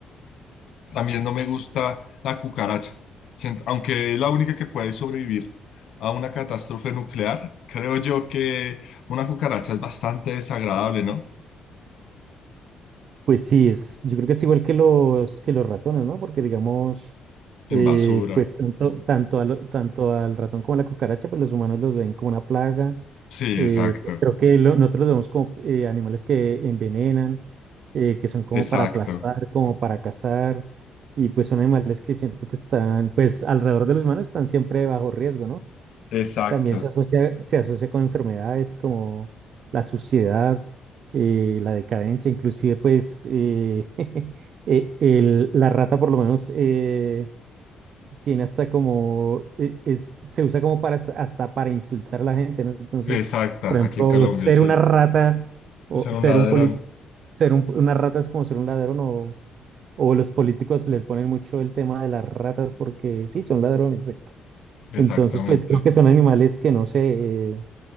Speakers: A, on the left; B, on the right.
A: También no me gusta la cucaracha. Sient- Aunque es la única que puede sobrevivir a una catástrofe nuclear, creo yo que una cucaracha es bastante desagradable, ¿no?
B: Pues sí, es, yo creo que es igual que los, que los ratones, ¿no? Porque digamos,
A: En
B: eh,
A: basura.
B: pues tanto, tanto, al, tanto al ratón como a la cucaracha, pues los humanos los ven como una plaga.
A: Sí,
B: Eh,
A: exacto,
B: pues creo que lo- nosotros los vemos como eh, animales que envenenan, eh, que son como
A: exacto,
B: para aplastar, como para cazar, y pues son animales que siento que están, pues alrededor de los humanos están siempre bajo riesgo, ¿no?
A: exacto.
B: También se asocia, se asocia con enfermedades como la suciedad, eh, la decadencia, inclusive pues eh, <laughs> eh, el- la rata por lo menos eh, tiene hasta como, eh, es, se usa como para hasta, hasta para insultar a la gente, ¿no? Entonces,
A: Exacta,
B: por ejemplo,
A: aquí en Colombia,
B: ser
A: sí.
B: una rata o
A: Es un
B: ser
A: ladrón,
B: un poli- ser un- una rata es como ser un ladrón o, o los políticos les ponen mucho el tema de las ratas porque sí, son ladrones, exacto.
A: exactamente.
B: Entonces, pues creo que son animales que no sé, eh,